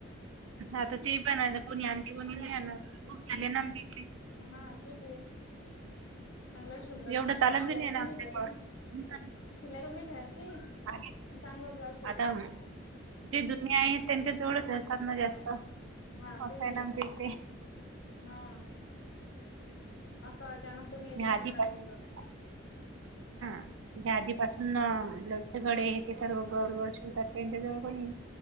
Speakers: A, on the right; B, on the left.
A: हा तर ते पण आहे आता कोणी आणतील कोणी नाय आणणार. <unintelligible>
B: हा ते बी चांगलं शिवलं
A: एवढं
B: तर मंग
A: चालत
B: शिलाई
A: बी नाही ना
B: कमी
A: आमच्या
B: ठेवशीन
A: गावात
B: ना. शिलाई कमी ठेवायची आणि
A: आहे
B: चांगलं ब्लाऊज शिवून
A: आता
B: द्याच मग.
A: जे जुने हायत त्यांच्या जवळच देतात ना जास्त.
B: हा
A: असं
B: ते बी
A: ना
B: आहे
A: आमच्या इकडे
B: हा असं अचानक कोणी येत
A: मी
B: नाही
A: आदी
B: ना नवीन
A: पासनं.
B: जवळ
A: <inaudible>
B: <inaudible>
A: ह्या आदीपासून ब्लाऊजचे गळे हे ते सर्व बरोबर शिवतात त्यांच्या जवळ पण हे